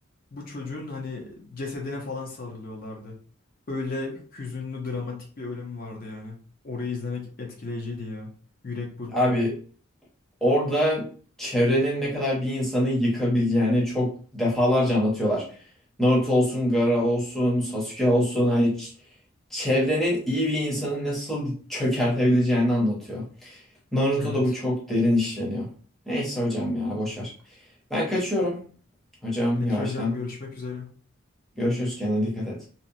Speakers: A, on the left (about 45°); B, in the centre.
A: bu çocuğun hani cesedine falan sarılıyorlardı. Öyle hüzünlü dramatik bir ölüm vardı yani. Orayı izlemek etkileyiciydi ya. Yürek burkuyordu.
B: Abi Orada çevrenin ne kadar bir insanı yıkabileceğini çok defalarca anlatıyorlar. Naruto olsun, Gaara olsun, Sasuke olsun, hani ç- çevrenin iyi bir insanı nasıl çökertebileceğini anlatıyor. Naruto'da
A: Evet.
B: bu çok derin işleniyor. Neyse hocam ya boş ver. Ben kaçıyorum. Hocam
A: Peki
B: yavaştan.
A: hocam görüşmek üzere.
B: Görüşürüz kendine dikkat et.